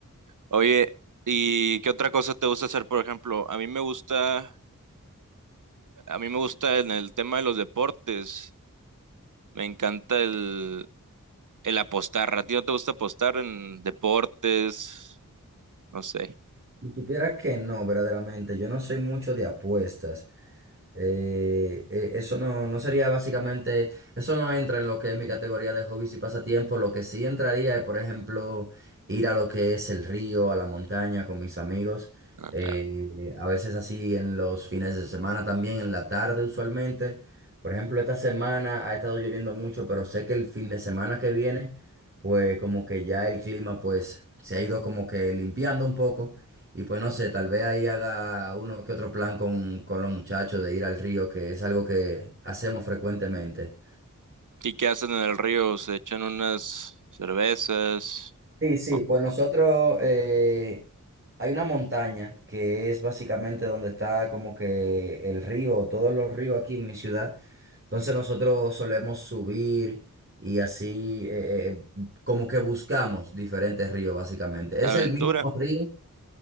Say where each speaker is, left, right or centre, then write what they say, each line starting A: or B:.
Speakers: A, on the right; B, on the right.
A: Oye, ¿y qué otra cosa te gusta hacer, por ejemplo? A mí me gusta, a mí me gusta en el tema de los deportes. Me encanta el, el apostar. ¿A ti no te gusta apostar en deportes? No sé.
B: Si supieras que no, verdaderamente, yo no soy mucho de apuestas. Eh, eh, eso no, no sería básicamente, eso no entra en lo que es mi categoría de hobbies y pasatiempos. Lo que sí entraría es, por ejemplo, ir a lo que es el río, a la montaña con mis amigos.
A: Ah,
B: Eh,
A: claro.
B: a veces así en los fines de semana también, en la tarde usualmente. Por ejemplo, esta semana ha estado lloviendo mucho, pero sé que el fin de semana que viene, pues como que ya el clima pues se ha ido como que limpiando un poco. Y pues no sé, tal vez ahí haga uno que otro plan con, con los muchachos de ir al río, que es algo que hacemos frecuentemente.
A: ¿Y qué hacen en el río? ¿Se echan unas cervezas?
B: Sí, sí,
A: Oh,
B: pues nosotros eh, hay una montaña que es básicamente donde está como que el río, todos los ríos aquí en mi ciudad. Entonces nosotros solemos subir y así eh, eh, como que buscamos diferentes ríos básicamente. Es
A: aventura.
B: el mismo río,